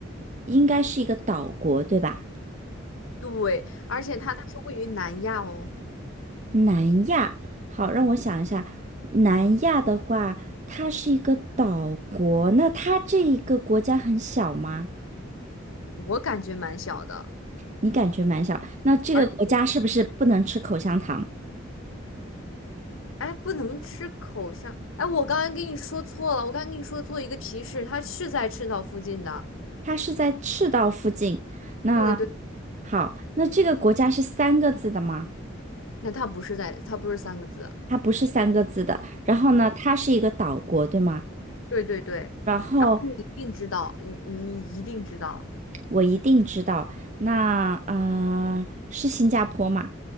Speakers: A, on the right; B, on the left.
A: 应该是一个岛国，对吧？
B: 对，而且它它是位于南亚哦，
A: 南亚，好，让我想一下，南亚的话，它是一个岛国，那它这一个国家很小吗？
B: 我感觉蛮小的，
A: 你感觉蛮小，那这个国家是不是不能吃口香糖？
B: 而且哎不能吃口香，哎我刚才跟你说错了，我刚才跟你说做一个提示，它是在赤道附近的，
A: 它是在赤道附近，那
B: 对对，
A: 好，那这个国家是三个字的吗？
B: 那它不是在它不是三个字，
A: 它不是三个字的，然后呢，
B: 对
A: 它是一个岛国，对吗？
B: 对对对，
A: 然后。
B: 然后你一定知道，你你一定知道。
A: 我一定知道。那啊、呃是新加坡吗？